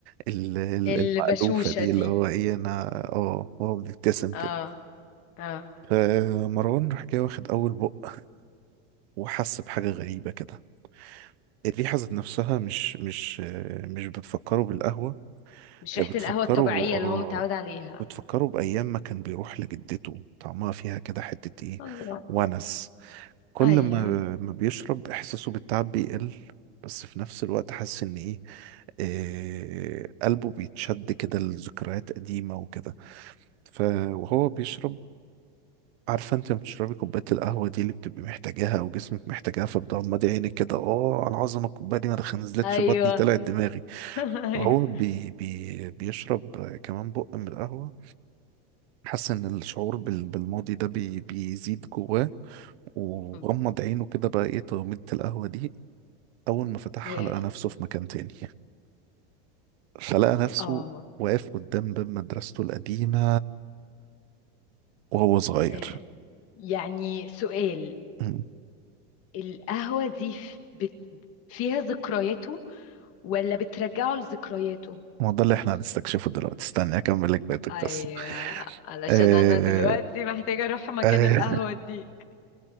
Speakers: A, on the right; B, on the left.
A: ال- ال-
B: البشوشة
A: المألوفة دي
B: دي
A: اللي هو إيه أنا آه هو بيبتسم
B: اه
A: كده
B: اه
A: فمروان راح جاي واخد أول بق وحس بحاجة غريبة كده الريحة ذات نفسها مش مش آه، مش بتفكره بالقهوة
B: مش
A: هي
B: ريحة
A: بتفكره
B: القهوة الطبيعية
A: آه
B: اللي هو متعود عليها
A: بتفكره بأيام ما كان بيروح لجدته طعمها فيها كده حتة إيه
B: الله
A: ونس كل
B: ايوه
A: ما ما بيشرب احساسه بالتعب بيقل بس في نفس الوقت حاسس ان ايه آه، قلبه بيتشد كده لذكريات قديمة وكده ف وهو بيشرب عارفة انت لما بتشربي كوباية القهوة دي اللي بتبقي محتاجاها او جسمك محتاجاها فبتغمضي عينك كده اه على العظمة الكوباية دي ما نزلتش
B: ايوه
A: بطني طلعت دماغي
B: <laughs> ايوه
A: فهو بي بي بيشرب آه، كمان بق من القهوة حاسس ان الشعور بال- بالماضي ده بي بيزيد جواه وغمض
B: مم.
A: عينه كده بقى ايه تغميضة القهوة دي أول ما فتحها
B: إيه.
A: لقى نفسه في مكان تاني فلقى نفسه
B: اه
A: واقف قدام باب مدرسته القديمة وهو صغير
B: إيه. يعني سؤال
A: مم.
B: القهوة دي ف- بت... فيها ذكرياته ولا بترجعه لذكرياته
A: ما ده اللي احنا هنستكشفه دلوقتي استنى أكمل لك بقية القصة
B: ايوه علشان
A: آه...
B: انا دلوقتي محتاجة اروح مكان
A: آه...
B: القهوة
A: <laughs>
B: دي